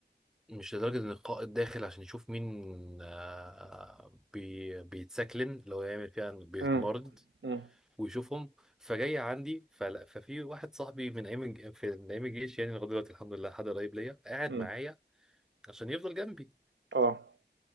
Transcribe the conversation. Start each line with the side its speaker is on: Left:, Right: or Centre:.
Centre: مش لدرجة ان القائد داخل عشان يشوف مين آه، بي بيتسكلن لو يعمل فيها إنه بيتمرد
Right: إمم، إمم،
Centre: ويشوفهم فجاي عندي فلا ففي واحد صاحبي من ايام الج- في- من ايام الجيش يعني لغايه دلوقتي الحمد لله حد قريب ليا قاعد
Right: إمم،
Centre: معايا عشان يفضل جنبي
Right: آه.